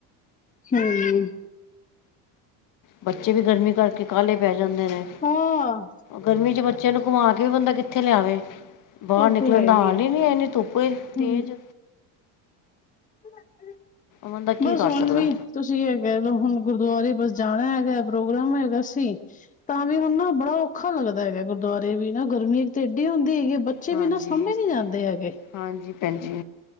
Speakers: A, on the left; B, on the left.
A: ਹੂੰ
B: ਬੱਚੇ ਵੀ ਗਰਮੀ ਕਰਕੇ ਕਾਲੇ ਪੈ ਜਾਂਦੇ ਨੇ।
A: ਹਾਂ
B: ਗਰਮੀ ਚ ਬੱਚਿਆਂ ਨੂੰ ਘੁਮਾ ਕੇ ਵੀ ਬੰਦਾ ਕਿੱਥੇ ਲਿਆਵੇ। ਬਾਰ
A: ਉਹ
B: ਨਿਕਲਣ
A: ਤੇ ਹੈ
B: ਦਾ
A: ਹੀ
B: ਹਾਲ
A: ਹੈ
B: ਈ ਨੀਂ ਐ ਐਨੀਂ ਧੁੱਪ ਏ
A: ਹਮ
B: ਤੇਜ।
A: <unintelligible>
B: ਬੰਦਾ ਕੀ
A: ਬਸ
B: ਕਰ
A: ਹੁਣ
B: ਸਕਦਾ
A: ਵੀ ਤੁਸੀਂ ਐ ਕੈਅ ਲੋ, ਹੁਣ ਗੁਰਦੁਆਰੇ ਬਸ ਜਾਣਾ ਹੈਗਾ ਪ੍ਰੋਗਰਾਮ ਹੈਗਾ ਸੀ। ਤਾਂ ਵੀ ਹੁਣ ਨਾ ਬੜਾ ਔਖਾ ਲੱਗਦਾ ਹੈਗਾ, ਗੁਰਦੁਆਰੇ ਵੀ ਨਾ ਗਰਮੀ ਤੇ ਏਡੀ ਹੁੰਦੀ ਹੈਗੀ ਐ ਬ ਬੱਚੇ
B: ਹਾਂਜੀ
A: ਵੀ ਨਾ ਸਾਂਭੇ ਨੀਂ ਜਾਂਦੇ ਹੈਗੇ,
B: ਹਾਂਜੀ ਭੈਣ ਜੀ